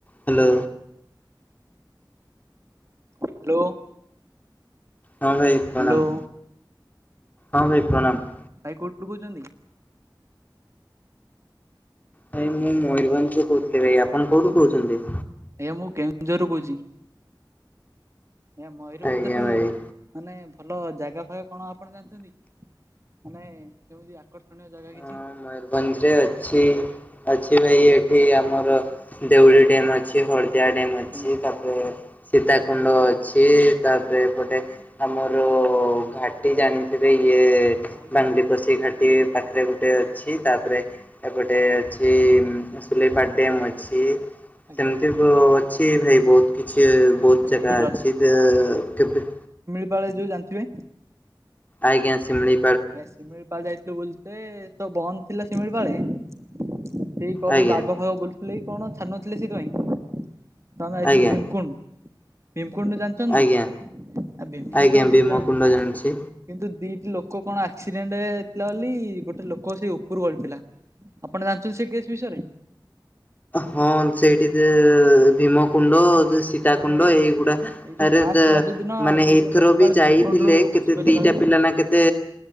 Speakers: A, on the left; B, on the right.
A: Hello.
B: Hello.
A: ହଁ ଭାଇ ପ୍ରଣାମ।
B: hello.
A: ହଁ ଭାଇ ପ୍ରଣାମ।
B: ଭାଇ କୋଉଠୁ କହୁଛନ୍ତି?
A: ଭାଇ ମୁଁ ମୟୂରଭଞ୍ଜରୁୁ କହୁଥିଲି ଭାଇ, ଆପଣ କୋଉଠୁ କହୁଛନ୍ତି?
B: ଆଜ୍ଞା ମୁଁ କେଉଁଝରରୁ କହୁଛି। ଆ ମୟୂରଭଞ୍ଜରେ
A: ଆଜ୍ଞା ଭାଇ
B: ମାନେ ଭଲ ଜାଗା ଫାଗା କଣ ଆପଣ ଜାଣିଛନ୍ତି? ମାନେ କେମିତି ଆକର୍ଷଣୀୟ ଜାଗା
A: ହଁ
B: କିଛି?
A: ମୟୂରଭଞ୍ଜରେ ଅଛି ଅଛି ଭାଇ ଏଠି ଆମର ଦେଉଳି ଡ୍ୟାମ୍ ଅଛି, ହଳଦିଆ ଡ୍ୟାମ୍ ଅଛି,
B: ଆଜ୍ଞା।
A: ତାପରେ ସୀତାକୁଣ୍ଡ ଅଛି, ତାପରେ ଏପଟେ ଆମର ଘାଟି ଜାଣି ଥିବେ ଇଏ
B: ମୟୂରଭଞ୍ଜ
A: ବାଙ୍ଗିରିପୋଷି
B: କେବେ ଏଇ
A: ଘାଟି ପାଖରେ ଗୋଟେ ଅଛି ତାପରେ ଏପଟେ ଅଛି ସୁଲେଇପାଟ ଡ୍ୟାମ୍ ଅଛି
B: ଆଜ୍ଞା
A: ସେମିତି ଅ-ଅଛି ଭାଇ ବହୁତ କିଛି ବହୁତ
B: ଆଜ୍ଞା
A: ଜାଗା
B: ଏଇ
A: ଅଛି ତ କେବେ
B: ଳିପାଳ ଯୋଉ ଜାଣିଥିବେ
A: ଆଜ୍ଞା। ଶିମିଳି
B: ଏ ଶିମିଳିପାଳ ଯାଇଥିଲୁ ବୁଲିତେ, ତ ବନ୍ଦ ଥିଲା ଶିମିଳିପାଳେ ସେ କବେ
A: ଆଜ୍ଞା
B: ବାଘ, ଫାଘ ବୁଲୁଥିଲେ କି କଣ ଛାଡ଼ୁନଥିଲେ ସେଇଥିପାଇଁ ତ ଆମେ ଯାଇଥିଲୁ
A: ଆଜ୍ଞା
B: ଭୀମକୁଣ୍ଡ। ଭୀମ୍ କୁଣ୍ଡ ଜାଣିଚନ୍ତି
A: ଆଜ୍ଞା।
B: ନା? ଆ ଭୀମକୁଣ୍ଡରେ
A: ଆଜ୍ଞା
B: ଭଲ
A: ଭୀମକୁୁଣ୍ଡ
B: ଜାଗାଥିଲା
A: ଜାଣିଛି।
B: କିନ୍ତୁ ଦିଟି ଲୋକ କଣ ଆକ୍ସିଡେଣ୍ଟ ହେଇଥିଲା ବୋଲି, ଗୋଟେ ଲୋକ ସେଇ ଓପୁରୁ ଗଳି ପଇଲା ଆପଣ ଜାଣିଚନ୍ତି ସେଇ କେସ ବିଷୟରେ?
A: ହଁ ସେଇଠି ଯେ ଭୀମକୁଣ୍ଡ, ଯେ ସୀତାକୁଣ୍ଡ,
B: ଏ ହଁ ଏଇ
A: ଏଇଗୁଡାରେ
B: ଏଇ ଯୋଉ ଫାଷ୍ଟ
A: ଦେ
B: ରଜ ଦିନ
A: ମାନେ
B: ଦିଟା
A: ଏଇଥର
B: ଲୋକ
A: ବି
B: କାଳେ
A: ଯା
B: ଭୀମକୁଣ୍ଡରୁ
A: ଯାଇଥିଲେ, କେତେ
B: ଖସି ପଇଲେ
A: ଦିଟା
B: କାଳେ।
A: ପିଲା ନା କେତେ